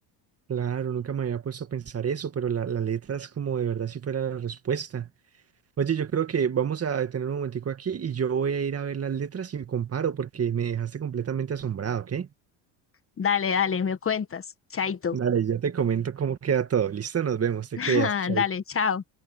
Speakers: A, on the right (about 30°); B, on the left (about 30°).
A: Claro, nunca me había puesto a pensar eso, pero la, la letra es como de verdad si fuera la respuesta. Oye, yo creo que vamos a detener un momentico aquí y yo voy a ir a ver las letras y comparo porque me dejaste completamente asombrado, ¿ok?
B: Dale, dale, me cuentas. Chaito.
A: Dale, yo te comento cómo queda todo. Listo, nos vemos, te
B: <laughs>
A: cuidas. chao.
B: Dale, chao.